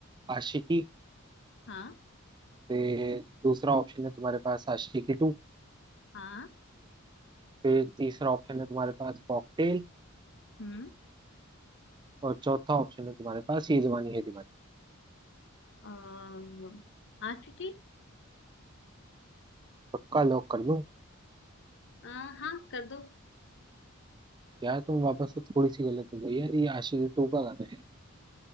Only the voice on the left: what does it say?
हाँ
हाँ
हम्म
अ, आशिकी
अ, हाँ कर दो